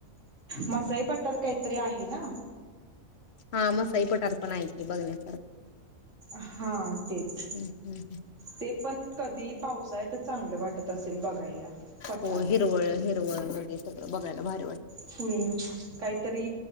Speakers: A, on the right (about 60°); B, on the left (about 55°).
A: मसाई पठार काहीतरी आहे ना
B: हा मसाई पठार पण आहे ती बघण्यासारखं
A: हा तेच
B: हम्म, हम्म.
A: ते पण कधी पावसाळ्यातच चांगलं वाटत असेल बघायला पठार
B: हो हिरवळ हिरवळ मध्ये सगळं बघायला भारी वाटतं
A: फुल काहीतरी